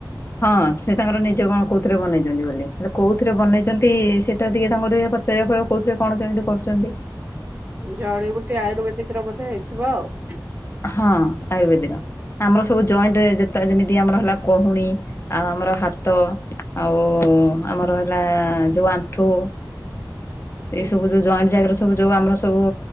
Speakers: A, on the left; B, on the right.
A: ହଁ ସେ ତାଙ୍କର ନିଜ କଣ କୋଉଥିରେ ବନେଇଛନ୍ତି ବୋଲି ହେଲେ କୋଉଥିରେ ବନେଇଛନ୍ତି ସେଟା ଟିକେ ତାଙ୍କର ଟିକେ ଚାରଆ ଫ କହୁଥିଲେ କଣ କେମିତି କରୁଚନ୍ତି?
B: ଜଡିିବୁଟି ଆୟୁର୍ବେଦିକ ର ବୋଧେ ହେଇଥିବ ଆଉ?
A: ହଁ ଆୟୁର୍ବେଦିର ଆମର ସବୁ ଜଏଣ୍ଟ ଯେ ଯେମିତି ଆମର ହେଲା କହୁଣି ଆଉ ଆମର ହାତ ଆଉ ଆମର ହେଲା ଯୋଉ ଆଣ୍ଠୁ।
B: ହୁଁ
A: ଏଇ ସବୁ ଯୋଉ ଜଏଣ୍ଟ ଜାଗାରେ ସବୁ ଯୋଉ ଆମର ସବୁ